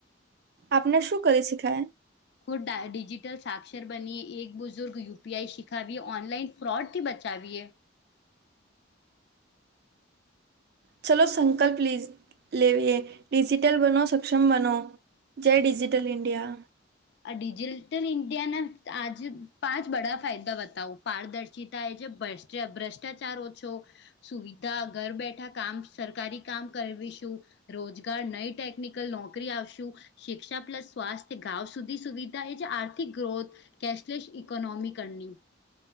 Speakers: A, on the right; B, on the left.
A: આપને શું કરે શીખાય?
B: ખુદ ડિજિટલ સાક્ષર બનીએ એક બુઝુર્ગ યુપીઆઈ શીખાવીએ ઓનલાઈન ફ્રોડ થી બચાવીએ.
A: ચલો સંકલ્પ લી લેવીએ ડિજિટલ બનો સક્ષમ બનો. જય ડિજિટલ ઇન્ડિયા.
B: આ ડિજિટલ ઇન્ડિયાના આજે પાંચ <inaudible> ફાયદા બતાવું પારદર્શિતા એ જે <unintelligible> ભ્રષ્ટાચાર ઓછો. સુવિધા ઘર બેઠા કામ સરકારી કામ કરવીશું. રોજગાર નઈ ટેકનિકલ નોકરી આવશું શિક્ષા પ્લસ સ્વાસ્થ્ય ગાવ સુધી સુવિધા એ છે આર્થિક ગ્રોથ કેશલેસ ઇકોનોમી કરની